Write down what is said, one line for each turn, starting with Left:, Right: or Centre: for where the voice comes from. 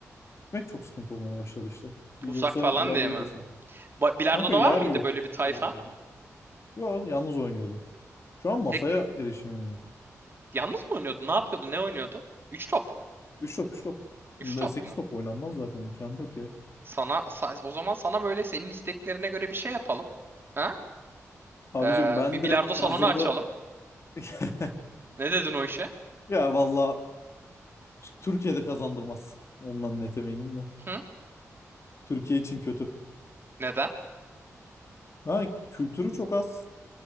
Left: gitmek çok sıkıntı olmaya başladı işte. Yoksa
Right: Uzak falan
Left: bilardoyu
Right: diye mi?
Left: da seviyorum.
Right: Ba- Bilardo'da
Left: Kanka yer
Right: var mıydı
Left: yok
Right: böyle bir tayfan?
Left: doğru düzgün. Yo, yalnız oynuyordum. Şu an masaya
Right: Tek mi?
Left: erişimim yok.
Right: Yalnız mı oynuyordun? Ne yapıyordun? Ne oynuyordun? Üç top.
Left: 3 top 3 top.
Right: Üç top
Left: 8
Right: mu?
Left: top oynanmaz zaten imkanı yok ya.
Right: Sana sa- o zaman sana böyle senin isteklerine göre bir şey yapalım. Ha?
Left: Abicim
Right: Ee,
Left: ben
Right: bir bilardo
Left: direkt
Right: salonu
Left: hazırda
Right: açalım.
Left: <laughs>
Right: Ne dedin o işe?
Left: Ya valla Türkiye'de kazandırmaz. Ondan net eminim de.
Right: Hı?
Left: Türkiye için kötü.
Right: Neden?
Left: Ha kültürü çok az.